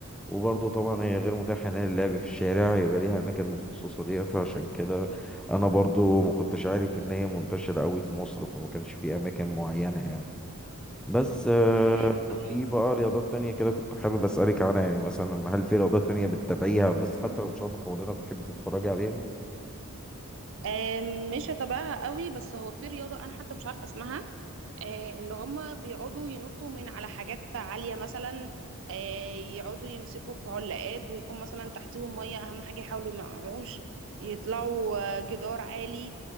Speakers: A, in the centre; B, on the right.
A: وبرضه طبعا هي غير متاحه ان هي اللعب في الشارع يبقى ليها اماكن مخصصه ليها فعشان كده انا برضه ما كنتش عارف ان هي منتشره قوي في مصر فما كانش في اماكن معينه يعني بس آه،
B: تمام طيب
A: في بقى رياضات تانية كده كنت حابب أسألك عنها يعني مثلا هل في رياضات تانية بتتابعيها بس حتى لو مش عارفة قوانينها بتحب تتفرجي عليها؟
B: آم، مش هتابعها قوي بس هو في رياضة أنا حتى مش عارفة اسمها آه، اللي هم بيقعدوا ينطوا من على حاجات عالية مثلا آه، يقعدوا يمسكوا في علاقات ويكون مثلا تحتيهم مية أهم حاجة يحاولوا ما يقعوش يطلعوا آه، جدار عالي